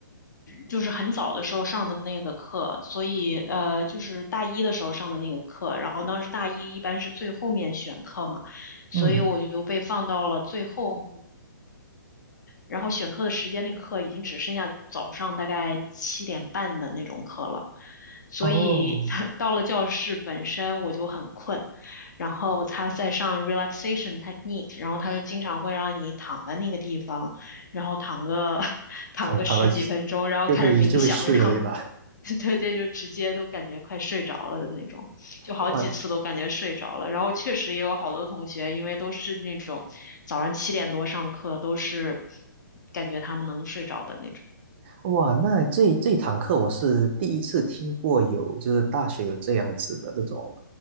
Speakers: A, on the left; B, on the right.
A: 就是很早的时候上的那个课，所以呃，就是大一的时候上的那个课。然后当时大一一般是最后面选课嘛，所以我就被放到了最后
B: 嗯，
A: 然后选课的时间，那个课已经只剩下早上大概七点半的那种课了，所以
B: 哦，
A: <laughs> 到了教室本身我就很困。然后他在上 relaxation technique，然后他就经常会让你躺在那个地方，然后躺个 <laughs> 躺个十几分钟，
B: 躺躺了
A: 然后开始冥想，
B: 就会就会睡了，
A: 然后
B: 对吧？
A: <laughs> 对对，就直接都感觉快睡着了的那种，就好几次都感觉睡着了。
B: 哇
A: 然后确实也有好多同学，因为都是那种早上七点多上课，都是感觉他们能睡着的那种。
B: 哇，那这这堂课我是第一次听过有，就是大学有这样子的这种，